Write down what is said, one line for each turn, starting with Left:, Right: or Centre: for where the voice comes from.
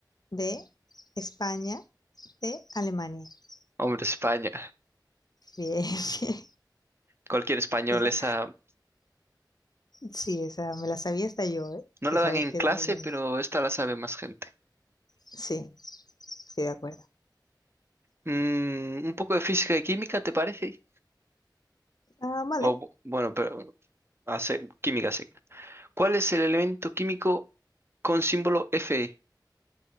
Left: B, España, C, Alemania. <laughs>
Right: hombre, España.
Left: Bien, bien.
Right: Cualquier español,
Left: Esa-
Right: esa
Left: sí, esa me la sabía hasta yo, ¿eh?
Right: no
Left: Que
Right: la
Left: sabes
Right: dan en
Left: que
Right: clase,
Left: eres fútbol.
Right: pero esta la sabe más gente.
Left: Sí, estoy de acuerdo.
Right: Mm, un poco de física y química, ¿te parece?
Left: Ah, vale.
Right: O bu- bueno, pero hace química sí. ¿Cuál es el elemento químico con símbolo Fe?